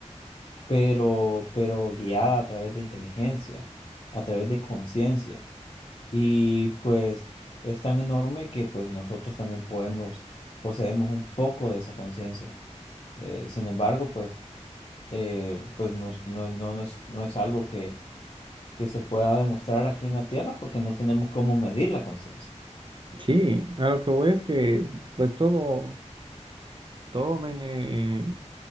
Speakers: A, on the left; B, on the right.
A: pero, pero guiada a través de inteligencia, a través de conciencia. Y pues es tan enorme que pues nosotros también podemos, poseemos un poco de esa conciencia. Eh, sin embargo, pues, eh, pues nos- no, no, no es, no es algo que, que se pueda demostrar aquí en la Tierra porque no tenemos cómo medir la conciencia.
B: sí, a lo que voy es que pues todo, todo me eh,